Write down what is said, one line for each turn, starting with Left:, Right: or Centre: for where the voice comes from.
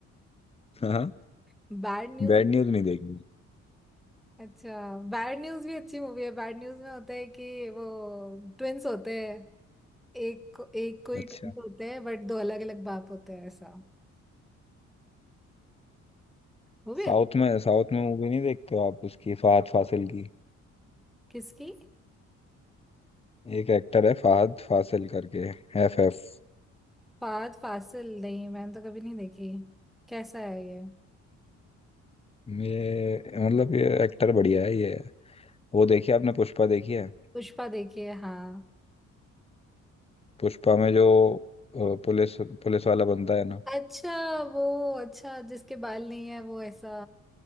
Left: हाँ हाँ
Centre: <laughs> Bad news
Left: बैड न्यूज नहीं देखी
Centre: अच्छा बैड न्यूज भी अच्छी मूवी है बैड न्यूज में होता है कि वो ट्विंस होते हैं एक को- एक को ही
Left: अच्छा
Centre: ट्विंस होते हैं बट दो अलग अलग बाप होते हैं ऐसा वो भी
Left: साउथ
Centre: अच्छ-
Left: में साउथ में मूवी नहीं देखते हो आप उसकी फहद फासिल की
Centre: किसकी
Left: एक एक्टर है फहद फासिल करके एफ एफ
Centre: फात फासिल नहीं मैंने तो कभी नहीं देखी कैसा है ये
Left: ये मतलब ये एक्टर बढ़िया है ये वो देखी आपने पुष्पा देखी है
Centre: पुष्पा देखी है हाँ
Left: पुष्पा में जो अ, पुलिस पुलिस वाला बनता है ना
Centre: अच्छा वो अच्छा जिसके बाल नहीं है वो ऐसा